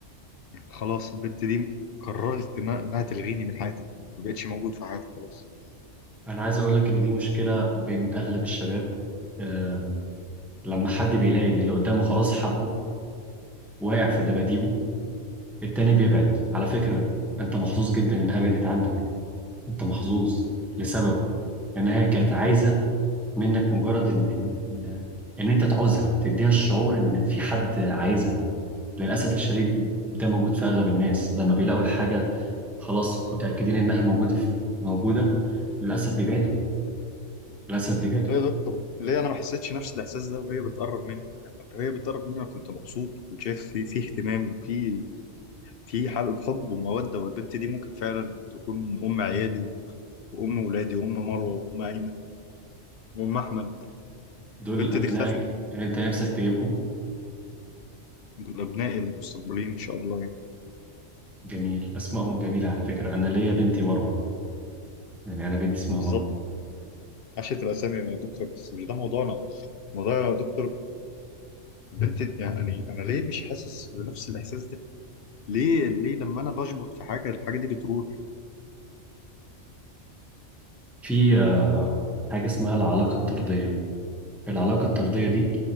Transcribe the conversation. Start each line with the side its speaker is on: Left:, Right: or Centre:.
Left: خلاص البنت دي قررت انها إنها تلغيني من حياتها ما بقتش موجود في حياتها خلاص
Centre: انا عايز اقول لك ان دي مشكلة بين اغلب الشباب آه لما حد بيلاقي ان اللي قدامه خلاص حبه واقع في دباديبه التاني بيبعد على فكرة انت محظوظ جدا انها بعدت عنك انت محظوظ لسبب انها كانت عايزة منك مجرد ان ان ان إن انت تعوزها تديها الشعور ان في حد عايزها للاسف الشديد ده موجود في اغلب الناس لما بيلاقوا الحاجه خلاص متاكدين انها موجوده في موجوده للاسف بيبعدوا للاسف بيبعدوا
Left: لا يا دكتور ليه انا ما حسيتش نفس الاحساس ده وهي بتقرب مني يعني لما هي بتقرب مني انا كنت مبسوط كنت شايف في في اهتمام في في حب حب وموده والبنت دي ممكن فعلا تكون ام عيالي وام ولادي وام مروه وام ايمن وام احمد
Centre: دول
Left: البنت
Centre: ابنائك
Left: دي اختفت
Centre: اللي انت نفسك تجيبهم
Left: دول ابنائي المستقبليين ان شاء الله يعني
Centre: جميل اسمائهم جميله على فكره انا ليا بنتي مروه يعني انا بنتي اسمها
Left: بالظبط
Centre: مروه
Left: عشت الاسامي يا دكتور بس مش ده موضوعنا موضوع يا دكتور البنت يعني انا ليه مش حاسس بنفس الاحساس ده ليه ليه لما انا بشبط في حاجه الحاجه دي بتروح
Centre: في آه، حاجه اسمها العلاقه الطرديه العلاقه الطرديه دي